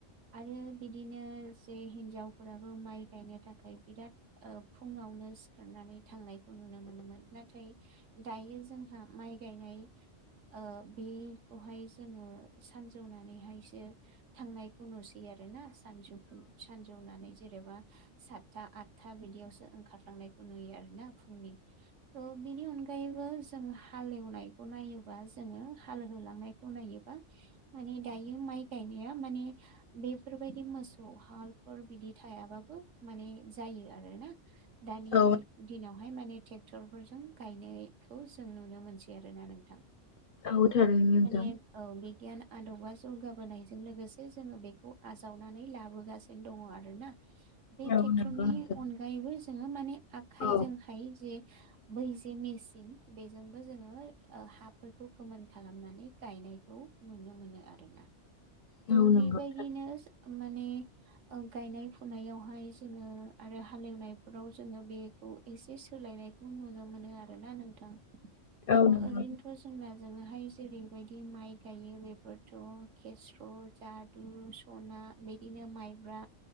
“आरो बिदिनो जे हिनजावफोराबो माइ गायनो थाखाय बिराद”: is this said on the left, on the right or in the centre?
Right